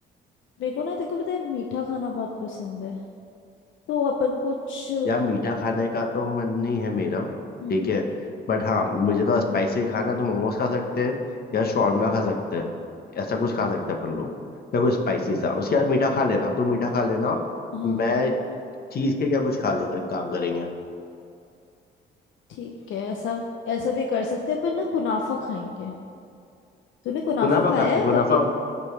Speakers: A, on the left (about 75°); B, on the left (about 50°).
A: मेरे को ना देखो पता है मीठा खाना बहुत पसंद है तो अपन कुछ
B: यार मीठा खाने का तो मन नहीं है मेरा
A: हम्म
B: ठीक है बट हाँ मुझे तो स्पाइसी खाना है तो मोमोज खा सकते हैं या शॉर्मा खा सकते हैं ऐसा कुछ खा सकते हैं अपन लोग या कुछ स्पाइसी सा उसके बाद मीठा खा लेना तू मीठा खा लेना
A: हाँ
B: मैं
A: हाँ
B: चीज के क्या कुछ खा लूंगा एक काम करेंगे
A: ठीक है ऐसा ऐसा भी कर सकते हैं अपन ना कुनाफा खाएंगे तूने कुनाफा
B: कुनाफा
A: खाया
B: खाते
A: है
B: कुनाफा
A: कभी